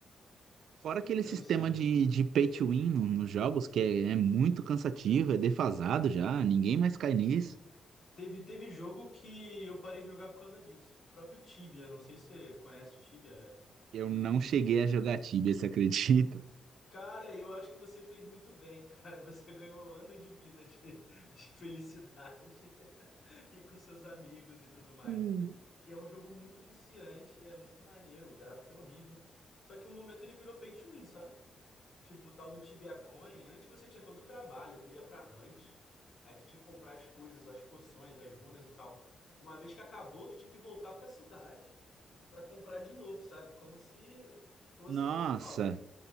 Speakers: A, on the right; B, on the left.
A: Fora aquele
B: Eu
A: sistema
B: não sei.
A: de, de pay to win no- nos jogos, que é, é muito cansativo, é defasado já, ninguém mais cai nisso.
B: Teve, teve jogo que eu parei de jogar por causa disso. O próprio Tibia, não sei se você conhece o Tibia é,
A: Eu não
B: desde.
A: cheguei a jogar Tibia, você acredita?
B: Cara, eu acho que você fez muito bem, <laughs> cara. Você ganhou anos de vida de, de felicidade <laughs> e com seus amigos e tudo mais.
A: Hum.
B: Que é um jogo muito viciante, é muito maneiro, o gráfico é horrível. Só que um momento ele virou pay to win, sabe? Tipo, o tal do Tibia Coin, antes você tinha todo o trabalho, tu ia pra hunt, aí tu tinha que comprar as coisas, as poções, as runas e tal. Uma vez que acabou, tu tinha que voltar pra cidade pra comprar de novo, sabe? Como se fosse
A: Nossa.
B: normal.